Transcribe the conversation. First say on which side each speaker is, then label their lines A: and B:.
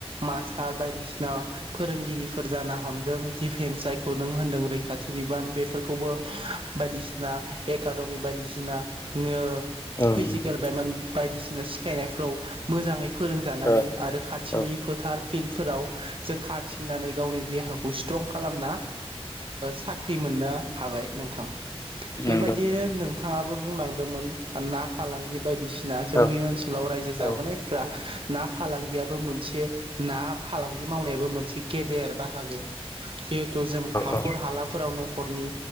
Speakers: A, on the right; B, on the left.
A: मास्टार बायदिसिना फोरोंगिरिफोर जाना हमदों दिफेन्स जायखौ नों होनदों रैखाथि बिबान बे खौबो बायदिसिना एकाडमि बायदिसिना नो
B: औ
A: फिजिकेल
B: नंगौ
A: बेमार बायदिसिना सिखायनायफ्राव मोजाङै फोरोंजानानै
B: औ
A: आरो खाथिनि
B: औ
A: फोथार फिल्डफोराव जों खारथिंनानै गावनि देहाखौ स्ट्रं खालामना साख्रि मोननो हाबाय नोंथां
B: नंगौ
A: बेबायदिनो
B: औ
A: नोंथाङाबो बुंलांदों मोन ना फालांगि बायदिसिना ना जोंनि
B: औ
A: ओनसोलाव रायजो जाबोनायफ्रा
B: औ
A: ना फालांगियाबो मोनसे ना फालांगि मावनायाबो मोनसे गेदेर बाहागो जिहेथु जों हाखर
B: औ
A: हालाफोराव न'ख खरनि